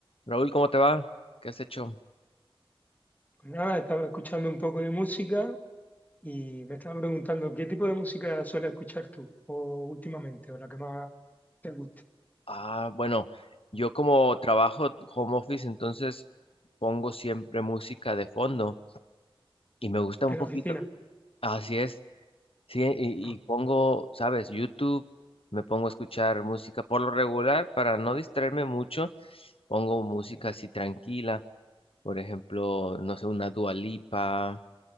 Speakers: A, on the left; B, on the left.
A: Raúl, ¿cómo te va? ¿Qué has hecho?
B: Pues nada, estaba escuchando un poco de música y me estaba preguntando qué tipo de música sueles escuchar tú o últimamente o la que más te guste.
A: Ah, bueno, yo como trabajo home office, entonces pongo siempre música de fondo y me gusta
B: En
A: un poquito.
B: la oficina.
A: Así es, sí, y,
B: Ah,
A: y pongo, sabes, YouTube, me pongo a escuchar música por lo regular para no distraerme mucho, pongo música así tranquila, por ejemplo, no sé, una Dua Lipa,